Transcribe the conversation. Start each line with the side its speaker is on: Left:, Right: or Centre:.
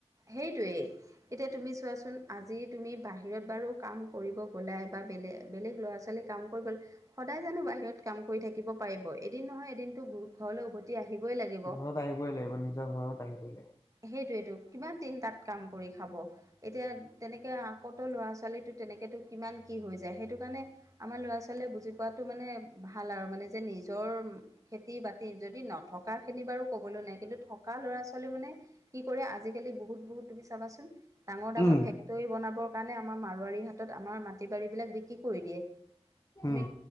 Right: সেইটোৱেই। এতিয়া তুমি চোৱাচোন আজি তুমি বাহিৰত বাৰু কাম কৰিব গ'লাই বা বেলেগ-বেলেগ ল'ৰা-ছোৱালীক কাম কৰিব সদায় জানো বাহিৰত কাম কৰি থাকি থাকিব পাৰিব এদিন নহয় এদিনতো ঘৰলৈ উভতি আহিবই লাগিব।
Left: ঘৰত আহিবই লাগিব নিজৰ ঘৰত আহিবই লাগিব
Right: সেইটোয়েটো কিমান দিন তাত কাম কৰি খাব? এতিয়া তেনেকে আকতো ল'ৰা-ছোৱালীটো তেনেকেতো কিমান কি হৈ যায় সেইটো কাৰণে আমাৰ ল'ৰা-ছোৱালীয়ে বুজি পোৱাটো মানে ভাল আৰু মানে যে নিজৰ খেতি বাতি যদি নথকা খিনি বাৰু ক'বলৈ নাই, কিন্তু থকা ল'ৰা ছোৱালী মানে কি কৰে আজি আজিকালি বহুত বহুত তুমি চাবাচোন ডাঙৰ-ডাঙৰ
Left: উম
Right: ফেক তৈ বনাবৰ কাৰণে আমাৰ মাৰোৱাৰীৰ হাতত আমাৰ মাটি বাৰীবিলাক বিক্ৰী কৰি দিয়ে, তুমি
Left: উম